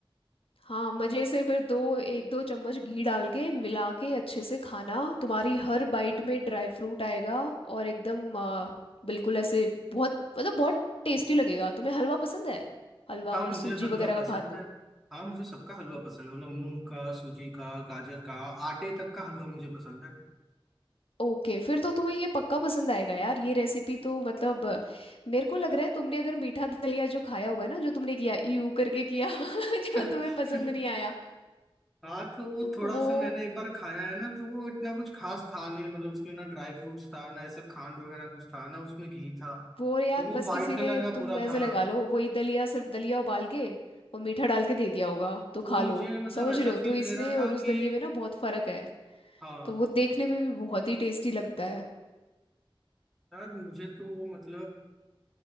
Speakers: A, on the left (about 80°); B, in the centre.
A: हाँ मजे से फिर दो एक दो चम्मच घी डाल के मिला के अच्छे से खाना तुम्हारी हर बाइट में ड्राई फ्रूट आएगा और एकदम अ, बिल्कुल ऐसे बहुत मतलब बहुत टेस्टी लगेगा तुम्हें हलवा पसंद है हलवा
B: हाँ
A: अगर
B: मुझे
A: सूजी
B: हलवा
A: वगैरह
B: पसंद
A: का खाते
B: है
A: हो
B: हाँ मुझे सबका हलवा पसंद है मतलब मूंग का सूजी का गाजर का आटे तक का हलवा मुझे पसंद है
A: ओके फिर तो तुम्हें ये पक्का पसंद आएगा यार ये रेसिपी तो मतलब अ, मेरे को लग रहा है तुमने अगर मीठा दलिया जो खाया होगा ना जो तुमने किया यू करके किया <laughs> जो
B: <laughs>
A: तुम्हें पसंद नहीं आया
B: हाँ तो वो थोड़ा
A: वो
B: सा मैंने एक बार खाया है ना तो वो इतना कुछ खास था नहीं मतलब उसमें ना ड्राई फ्रूट्स था ना ऐसा खांड वगैरह कुछ था ना उसमें घी था
A: वो यार
B: तो वो
A: बस किसी
B: वाइट कलर
A: ने
B: का पूरा
A: तुम ऐसे
B: था
A: लगा लो वही दलिया सिर्फ दलिया उबाल के और मीठा डाल के दे दिया होगा तो
B: वो
A: खा
B: मुझे
A: लो
B: मतलब
A: समझ
B: ऐसा
A: रहे हो
B: फील
A: तो इसमें
B: दे रहा था
A: और उस
B: कि
A: दलिये में ना बहुत फर्क है
B: हाँ
A: तो वो देखने में भी बहुत ही टेस्टी लगता है
B: यार मुझे तो वो मतलब